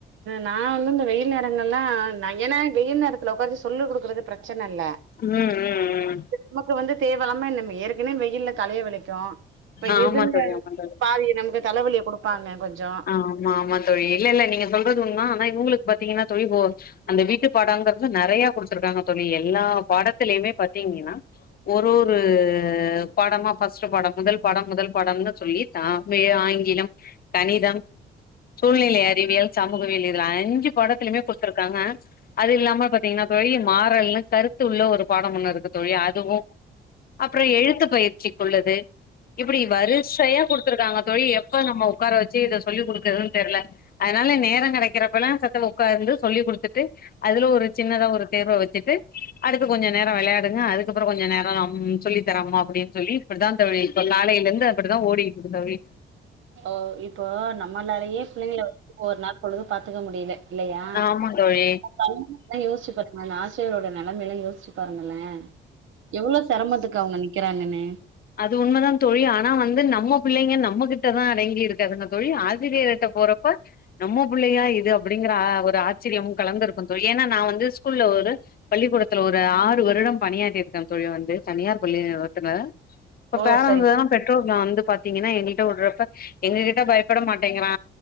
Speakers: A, on the right; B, on the left.
A: நா வந்து இந்த வெயில் நேரங்கள நயன வெயில் நேரத்துல ஒக்காரவச்சு சொல்லு குடுக்கறது பிரெச்சன இல்ல
B: ம் ம் ம்
A: நமக்கு வந்து தேவஇல்லாம நம்ம ஏற்கனவே வெயில்ல கலைய வெளை ச்சோ இப்ப
B: ஆமா
A: இதுங்க
B: தோழி ஆமா தோழி
A: பாதிய நமக்கு தலைவலிய குடுப்பாங்க கொஞ்சோ
B: ஆமா ஆமா தோழி இல்ல இல்ல நீங்க சொல்றது உண்ம ஆனா இவுங்களுக்கு பாத்தீங்கன்னா தோழி போ அந்த வீட்டு பாடங்குறது நெறைய குடுத்துருக்காங்க தோழி எல்லா பாடத்திலயுமே பாத்தீங்கனா ஒரு ஒரு பாடமா ஃபஸ்ட்டு பாடம் முதல் பாடம் முதல் பாடம்னு சொல்லி தாமே ஆங்கிலம் கணிதம் சூழ்நிலை அறிவியல் சமூகவியல் இதுல அஞ்சு பாடத்துலயுமே குடுத்துருக்காங்க அது இல்லாம பாத்தீங்கன்னா தோழி மாறல்னு கருத்து உள்ள ஒரு பாடம் ஒண்ணு இருக்கு தோழி அதுவு அப்பறோ எழுத்து பயிற்சிக்குள்ளது இப்டி வருசையா குடுத்துருக்காங்க தோழி எப்ப நம்ம உக்கார வச்சு இத சொல்லி குடுக்கறதுன் தெர்ல அதுனால நேரோ கெடைக்கிறப்பல்லா சத்துனு உக்காந்து சொல்லி குடுத்துட்டு அதுல ஒரு சின்னதா ஒரு தேர்வ வச்சுட்டு அடுத்து கொஞ்ச நேரோ விளையாடுங்க அதுக்கப்பறோ கொஞ்ச நேரோ அம் சொல்லி தரமா அப்புடின் சொல்லி இப்புடிதா தோழி இப்ப காலேல இருந்து அப்புடிதா ஓடிட்ருக்கு தோழி
A: ஓ இப்போ நம்மளாலயே பிள்ளைங்கள ஒரு நாள் பொழுது பாத்துக்க முடில இல்லையா
B: ஆமா தோழி
A: பள்ளீலேலா யோஸ்ச்சு பாத்தமா அந்த ஆசிரியரோட நெலமேல்லா யோசுச்சு பாருங்கலே எவ்வளோ செரமத்துக்கு அவங்க நிக்கிறாங்கனு
B: அது உண்மதாம் தோழி ஆனா வந்து நம்ம பிள்ளைங்க நம்மகிட்டதா அடங்கி இருக்காதுங்க தோழி ஆசிரியர்கிட்ட போறப்ப நம்ம புள்ளையா இது அப்படிங்கிற ஆ ஒரு ஆச்சரியமு கலந்துருகும் தோழி ஏனா நா வந்து ஸ்கூல்ல ஒரு பள்ளிக்கூடத்துல ஒரு ஆறு வருடம் பணியாற்றிருக்கே தோழி வந்து தனியார் பள்ளி நிறுவனத்துல இப்ப
A: ஓ
B: பேரன்ட்ஸ்
A: சரி
B: வேனா
A: சரி.
B: பெற்றோர்லா வந்து பாத்தீங்கன்னா எங்கள்கிட்ட விட்றப்ப எங்க கிட்ட பயப்பட மாட்டேங்கிறா